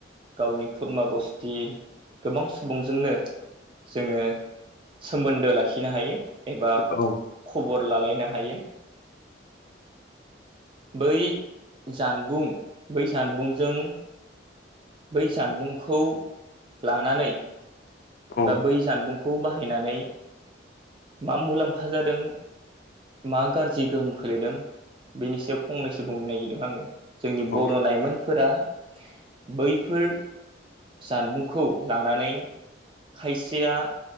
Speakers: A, on the right; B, on the left.
A: गावनि खुरमा बस्थि गोबां सुबुंजोंनो जोङो सोमोन्दो लाखिनो हायो। एबा
B: औ
A: खबर लालायनो हायो। बै जानबुं बै जानबुंजों बै जानबुंखौ लानानै
B: औ
A: एबा बै जानबुं खौ बाहायनानै मा मुलाम्फा जादों मा गारजि गोहोम खोलैदों बेनि सायाव फंनैसो बुंनो नागिरदों आङो। जोंनि
B: औ
A: बर' लाइमोनफोरा बैफोर जानबुंखौ लानानै खायसेया